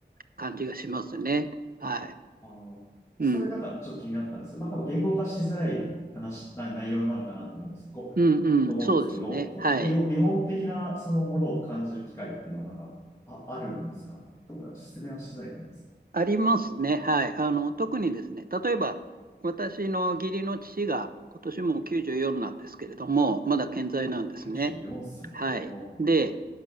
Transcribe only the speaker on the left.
あの、
それなんかちょっと気になったんですけど、まあ多分言語化しづらい話、な内容なのかなと思うんです。こ
う、と思うんですけど、
こう、
日本、日本的なそのものを感じる機会っていうのはなんか、あ、あるんですかどうだろう説明はしづらいかなんです。
あ、94歳。
あー